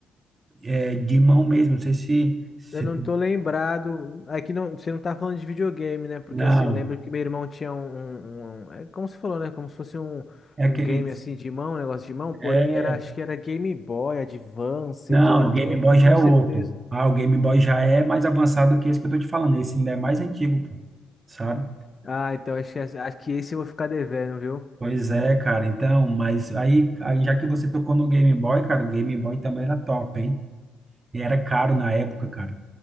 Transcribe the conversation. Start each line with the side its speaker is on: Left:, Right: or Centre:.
Right: é, de mão mesmo, não sei se, se-
Left: Eu não tô lembrado. Aqui não, você não tá falando de videogame, né? Porque
Right: Não,
Left: assim, eu lembro que meu irmão tinha um, um- um- é como você falou, né? Como se fosse um,
Right: é aqueles.
Left: um game assim de mão, um negócio de mão, porém
Right: É,
Left: era, acho que era Game Boy, Advance,
Right: não,
Left: eu não
Right: o Game
Left: tenho,
Right: Boy
Left: não
Right: já
Left: tenho
Right: é outro.
Left: certeza.
Right: Ah, o Game Boy já é mais avançado que esse que eu tô te falando. Esse ainda é mais antigo, pô, sabe?
Left: Ah, então acho que, acho que esse eu vou ficar devendo, viu?
Right: Pois é, cara. Então, mas aí, aí já que você tocou no Game Boy, cara, o Game Boy também era top, hein? E era caro na época, cara.